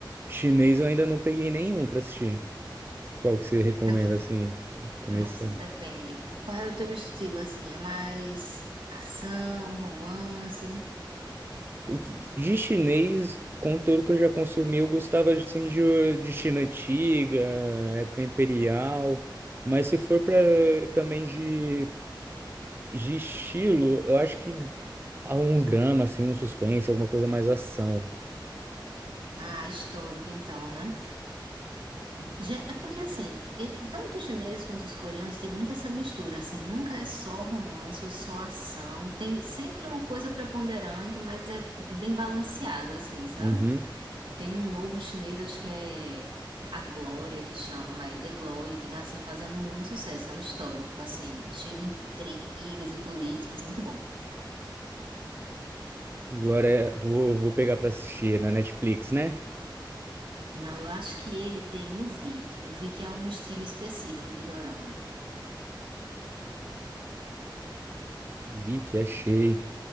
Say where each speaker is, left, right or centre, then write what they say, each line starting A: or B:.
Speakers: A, on the right; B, on the right.
A: chinês, eu ainda não peguei nenhum pra assistir. Qual que você recomenda,
B: É que-
A: assim, de começar?
B: Nossa, depende. Qual é o teu estilo, assim? É mais ação, romance?
A: O- De chinês, conteúdo que eu já consumi, eu gostava, assim, de, de China antiga, época imperial. Mas se for pra
B: Hum.
A: também de, de estilo, eu acho que há um drama, assim, um suspense, alguma coisa mais ação.
B: Ah, histórico então, né? Já- É porque, assim, e tanto os chineses quanto os coreanos têm muita essa mistura, assim, nunca é só romance ou só ação. Tem sempre uma coisa preponderante, mas é é bem balanceado, assim, sabe?
A: Uhum.
B: Tem um novo chinês, acho que é a Glória que chama, é The Glory, que tá assim fazendo muito sucesso, é um histórico, assim, cheio de intrigas e políticas, muito bom.
A: Agora, é- vou, vou pegar pra assistir é na Netflix, né?
B: Não, eu acho que ele tem no Viki. O Viki é um stream específico de dorama.
A: Vi que achei.